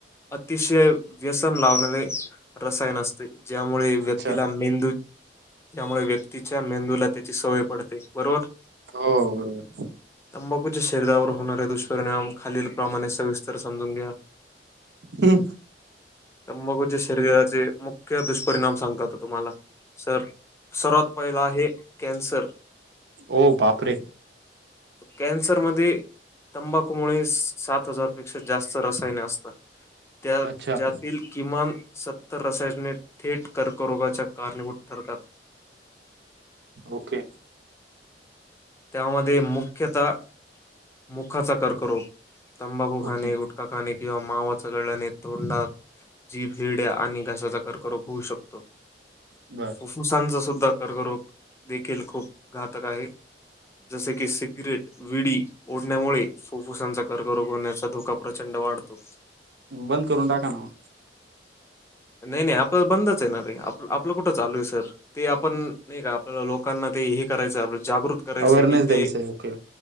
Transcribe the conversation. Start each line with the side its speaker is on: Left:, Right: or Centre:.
Left: अतिशय व्यसन लावणारे रसायन असते ज्यामुळे व्यक्तीला
Right: अच्छा
Left: मेंदू त्यामुळे व्यक्तीच्या मेंदूला त्याची सवय पडते बरोबर.
Right: हो बरोबर
Left: तंबाखूच्या शरीरावर होणारे दुष्परिणाम खालील प्रमाणे सविस्तर समजून घ्या.
Right: हं.
Left: तंबाखूच्या शरीराचे मुख्य दुष्परिणाम सांगतातो तुम्हाला सर सर्वात पहिला आहे कॅन्सर.
Right: ओ बापरे.
Left: कॅन्सरमध्ये तंबाखूमुळे सात हजारपेक्षा जास्त रसायने असतात, त्या
Right: अच्छा
Left: ज्यात किमान सत्तर रसायने थेट कर्क रोगाच्या कारणीभूत ठरतात.
Right: ओके.
Left: त्यामध्ये मुख्यतः मुखाचा कर्करोग तंबाखू खाणे
Right: ओके
Left: गु काकाने किंवा मावा चगळ्याने तोंडात जीभ हिरड्या आणि घश्याचा कर्करोग होऊ शकतो.
Right: बरं.
Left: फुफ्फुसांचा सुद्धा कर्करोग देखील खूप घातक आहे. जैसे की सिगरेट विडी ओढण्यामुळे फुफ्फुसांचा कर्करोग होण्याचा धोका प्रचंड वाढतो.
Right: बंद करून टाका ना मग.
Left: नाही नाही आपलं बंदच येणार आहे आप आपलं कुठं चालू आहे सर. ते आपण नाही का आपल्या लोकांना ते हे करायचं आप जागृत करायच
Right: अवेअरनेस
Left: की
Right: द्यायचं
Left: ते
Right: आहे ओके